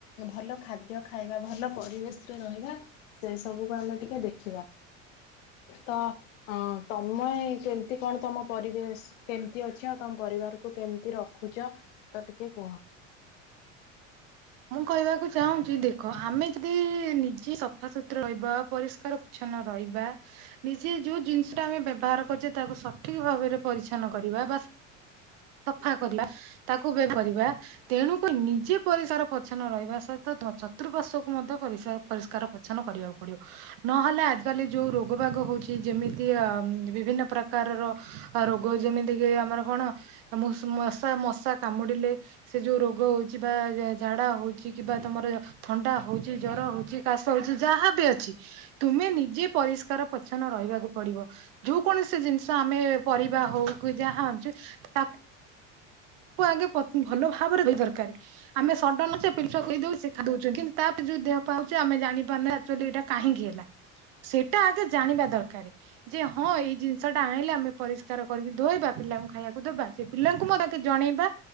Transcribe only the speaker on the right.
ମୁଁ କହିବାକୁ ଚାହୁଁଚି, ଦେଖ ଆମେ ଯଦି ନିଜେ ସଫାସତୁରା ରହିବା ପରିଷ୍କାର ଉଚ୍ଛନ୍ନ ରହିବା। ନିଜେ ଯଉ ଜିନିଷ ଆମେ ବ୍ୟବହାର କରୁଚେ, ତାକୁ ସଠିକ ଭାବରେ ପରିଛନ୍ନ କରିବା ବା ସଫା କରିବା ତାକୁ ବ୍ୟବ୍ କରିବା, ତେଣୁକ ନିଜେ ପରିଷାର ପର୍ଚ୍ଛନ ରହିବା ସହିତ ଚତୁଃପାର୍ଶ୍ୱକୁ ମଧ୍ୟ ପରିଷା ପରିଷ୍କାର ପରିଚ୍ଛନ କରିବାକୁ ପଡିବ। ନହେଲେ ଆଜିିକାଲି ଯଉ ରୋଗ ବାଗ ହଉଚି, ଯେମିତି ଅ ବିଭିନ୍ନ ପ୍ରକାରର ରୋଗ ଯେମିତି କିି ଆମର କଣ ଅ ମୁ ମଶା ମଶା କାମୁଡିଲେ ସେ ଯଉ ରୋଗ ହଉଚି ବା ଝାଡା ହଉଚି କିମ୍ବା ତମର ଥଣ୍ଡା ହଉଚି, ଜର ହଉଚି, କାଶ ହଉଚି ଯାହା ବି ଅଛି ତୁମେ ନିଜେ ପରିଷ୍କାର ପଚ୍ଛନ୍ନ ରହିବାକୁ ପଡିବ। ଯଉ କୌଣସି ଜିନିଷ ଆମେ ପରିବା ହଉ କି ଯାହା ଆଣଛୁ ତାକ୍ ଆଗେ ପ ଭଲ ଭାବରେ ଧୋଇ ଦରକାରେ। ଆମେ ସଡନ୍ ସେ <unintelligible> କରିଦଉ, ସେ ଖାଦ୍ୟ ଦଉଚନ୍ତି, ତାପରେ ଯଉ ଦେହ ପାହ ହେଉଚି, ଆମେ ଜାଣିପାରୁନେ ଏକଚୋଲି ଏଇଟା କାହିଁକି ହେଲା? ସେଇଟା ଆଗେ ଜାଣିବା ଦରକାରେ ଯେ, ହଁ ଏଇ ଜିନିଷ ଟା ଆଣିଲେ ଆମେ ପରିଷ୍କାର କରିକି ଧୋଇବା ପିଲାଙ୍କୁ ଖାଇବାକୁ ଦେବା। ସେ ପିଲାଙ୍କୁ ମ ଜଣେଇବା